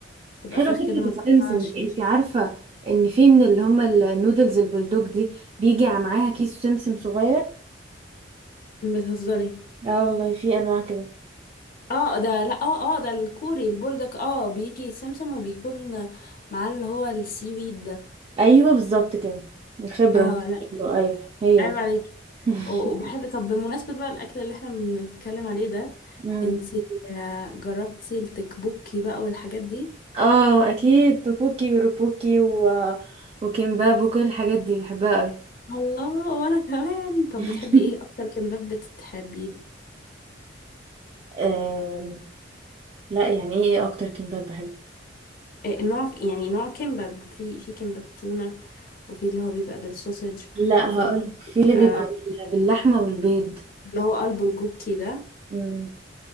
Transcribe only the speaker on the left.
تبقى
فراخ
كده متقطعة
شيش
بتهزري
اه ده لا اه اه ده الكوري البولدك اه بيجي سمسم وبيكون معاه اللي هو السي ويد ده
اه
لا
عيب
عليك
وبحب طب بمناسبة بقى الأكل اللي احنا بنتكلم عليه ده
انتي آه، جربتي التكبوكي بقى والحاجات دي
الله وانا كمان طب
بتحبي ايه اكتر كمباب بتحبيه
إيه نوع يعني نوع كمباب في في كمباب تونة وفي اللي هو بيبقى بالسوسج
وفي
اللي
بيبقى
اللي هو قلبه الجوكي ده